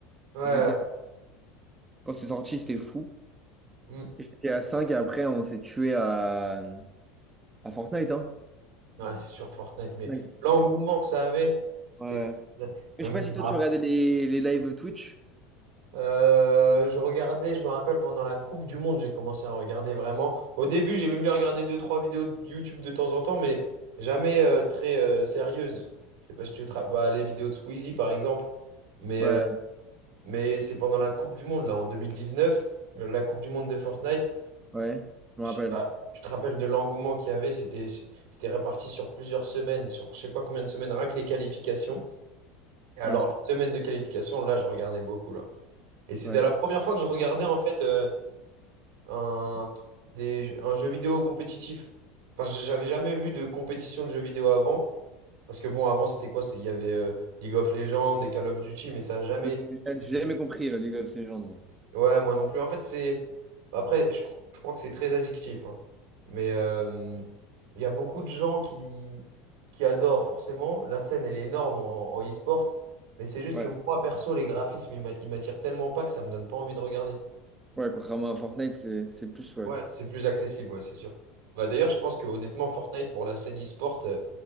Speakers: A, on the right; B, on the right.
A: Ouais,
B: GTA, quand c'est sorti, c'était fou.
A: Mhm.
B: et GTA 5 et après, on s'est tué à, à Fortnite, hein.
A: Ouais, c'est sur Fortnite, mais
B: Ouais, c'était
A: l'engouement
B: fou.
A: que ça avait, c'était...
B: Ouais.
A: Même,
B: Mais
A: je
B: Je sais pas si
A: me
B: toi,
A: rappelle
B: tu regardais les, les lives Twitch.
A: Euh, je regardais, je me rappelle, pendant la Coupe du Monde, j'ai commencé à regarder vraiment. Au début, j'ai même bien regardé deux, trois vidéos de YouTube de temps en temps, mais jamais euh, très euh, sérieuses. Je sais pas si tu te rapp- bah, les vidéos de Squeezie, par exemple. Mais,
B: Ouais,
A: euh, mais c'est pendant la Coupe du Monde, là, en 2019, euh, la Coupe du Monde de Fortnite.
B: ouais, je
A: Je
B: me rappelle.
A: sais pas, tu te rappelles de l'engouement qu'il y avait, c'était, c'était réparti sur plusieurs semaines, sur je sais pas combien de semaines, rien que les qualifications. Et alors,
B: Non, c'était-
A: les semaines de qualification, là, je regardais beaucoup, là. Et c'était
B: ouais.
A: la première fois que je regardais, en fait. euh, un, des, un jeu vidéo compétitif. Enfin, j- j'avais jamais vu de compétition de jeux vidéo avant. Parce que bon, avant, c'était quoi? c'est- Il y avait euh, League of Legends et Call of Duty, mais ça n'a jamais
B: Ouais, J'ai
A: été
B: j'ai
A: des
B: jamais
A: jeux.
B: compris euh, League of Legends, moi.
A: Ouais, moi non plus. En fait, c'est. Après, je, cro- je crois que c'est très addictif. hein. Mais euh, il y a beaucoup de gens qui, qui adorent, forcément. La scène, elle est énorme en, en e-sport. Mais c'est juste
B: Ouais,
A: que moi, perso, les graphismes, ils m'a- ils m'attirent tellement pas que ça me donne pas envie de regarder.
B: ouais, contrairement à Fortnite, c'est c'est plus, ouais.
A: Ouais, c'est plus accessible, ouais, c'est sûr. Bah, d'ailleurs, je pense que honnêtement, Fortnite, pour la scène e-sport, euh,